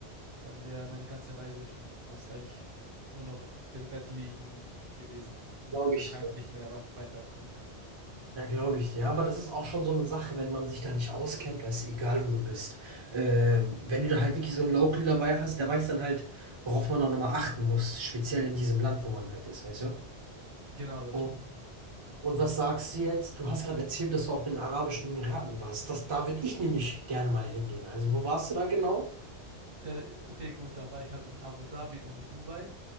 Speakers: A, on the right (about 60°); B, on the right (about 30°).
A: dann wäre meine ganze Reise schon fast eigentlich nur noch im Bett liegen gewesen und
B: Glaube
A: ich konnte
B: ich
A: kein,
B: dir.
A: nicht mehr was- weiter erkunden.
B: Ja, glaube ich dir. Aber das ist auch schon so eine Sache, wenn man sich da nicht auskennt, weißt du, egal wo du bist. Äh, wenn du da halt wirklich so 'n Local dabei hast, der weiß dann halt, worauf man da nochmal achten muss, speziell in diesem Land, wo man halt ist, weißt du?
A: Genau, das
B: Und
A: stimmt.
B: und was sagst du jetzt? Du hast gerade erzählt, dass du auch in den Arabischen Emiraten warst. Das da würde ich nämlich gerne mal hingehen. Also, wo warst du da genau?
A: Äh, okay, gut, da war ich halt in Abu Dhabi und in Dubai.